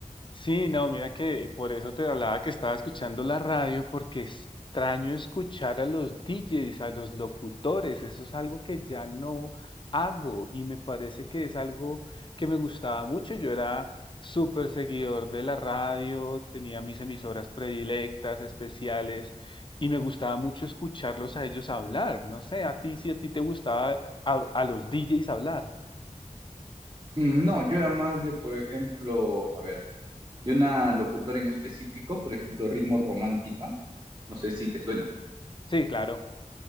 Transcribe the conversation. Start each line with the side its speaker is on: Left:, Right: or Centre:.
Left: Sí, no, mira que por eso te hablaba que estaba escuchando la radio, porque extraño escuchar a los DJs, a los locutores, eso es algo que ya no hago y me parece que es algo que me gustaba mucho. Yo era súper seguidor de la radio, tenía mis emisoras predilectas, especiales, y me gustaba mucho escucharlos a ellos hablar. No sé, a ti si a ti te gustaba eh, a, a los DJs hablar.
Right: Mm, No, yo era más de, por ejemplo, a ver, de una locutora en específico, por ejemplo, Ritmo Romántica, no sé si te suena,
Left: Sí, claro.